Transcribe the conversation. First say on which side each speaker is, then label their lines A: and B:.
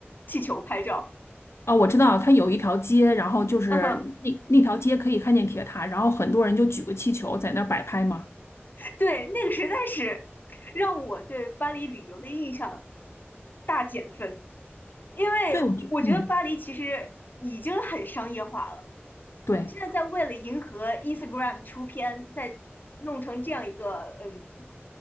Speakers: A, on the left; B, on the left.
A: 气球拍照。
B: 哦，我知道，它有一条街，然后就是那那条街可以看见铁塔，
A: <laughs>
B: 然后很多人就举个气球在那儿摆拍嘛。
A: 对，那个实在是让我对巴黎旅游的印象大减分，因为我觉得巴黎其实已经很商业化了，
B: 对，我觉，嗯，对。
A: 现在在为了迎合 Instagram 出片，在弄成这样一个嗯